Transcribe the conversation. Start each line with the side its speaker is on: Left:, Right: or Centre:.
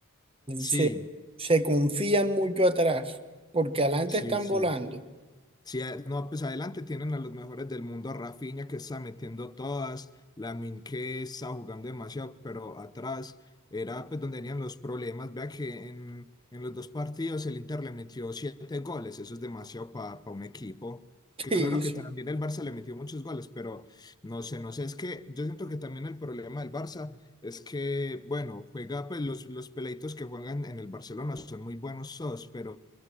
Left: Sí,
Right: Se, se confían mucho atrás, porque adelante
Left: sí,
Right: están
Left: sí.
Right: volando. <laughs>
Left: Sí, eh, no, pues adelante tienen a los mejores del mundo, a Rafinha que está metiendo todas, Lamine que está jugando demasiado, pero atrás era pues donde tenían los problemas. Vea que en, en los dos partidos el Inter le metió siete goles, eso es demasiado para un equipo. Que
Right: Sí,
Left: claro que
Right: sí,
Left: también el Barça le metió muchos goles, pero no sé, no sé, es que yo siento que también el problema del Barça es que, bueno, juega pues los, los peleitos que juegan en el Barcelona son muy buenos todos, pero